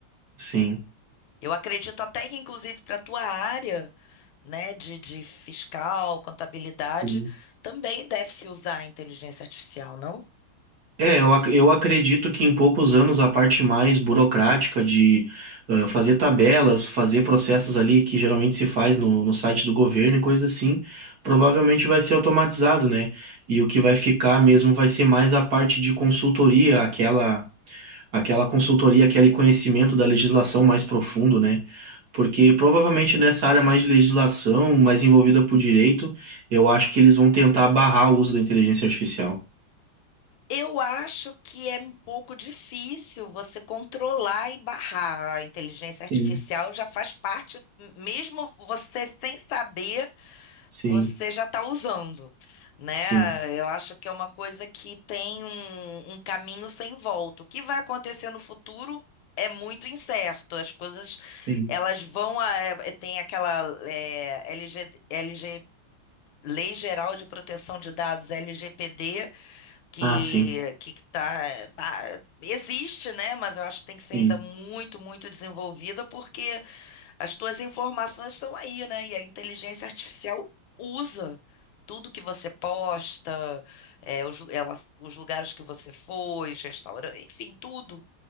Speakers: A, on the right (about 60°); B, on the left (about 75°).
A: Sim.
B: Eu acredito até que, inclusive, para a tua área. né, de, de fiscal, contabilidade,
A: Sim.
B: também deve-se usar a inteligência artificial, não?
A: É, eu, ac- eu acredito que em poucos anos a parte mais burocrática de eh, fazer tabelas, fazer processos ali que geralmente se faz no, no site do governo e coisa assim, provavelmente vai ser automatizado, né? E o que vai ficar mesmo vai ser mais a parte de consultoria, aquela. aquela consultoria, aquele conhecimento da legislação mais profundo, né? Porque provavelmente nessa área mais de legislação, mais envolvida por direito, eu acho que eles vão tentar barrar o uso da inteligência artificial.
B: Eu acho que é um pouco difícil você controlar e barrar. A inteligência artificial
A: Sim,
B: já faz parte, mesmo você sem saber,
A: sim,
B: você já está usando, né?
A: sim,
B: Eu acho que é uma coisa que tem um, um caminho sem volta. O que vai acontecer no futuro é muito incerto. As coisas,
A: sim.
B: elas vão a- é, tem aquela é, LG, LG, Lei Geral de Proteção de Dados, LGPD, que
A: Ah, sim,
B: que tá, tá- existe, né? Mas eu acho que tem que ser
A: sim.
B: ainda muito, muito desenvolvida, porque as tuas informações estão aí, né? E a inteligência artificial usa tudo que você posta, é, os, lu- elas- os lugares que você foi, os restaurantes, enfim, tudo,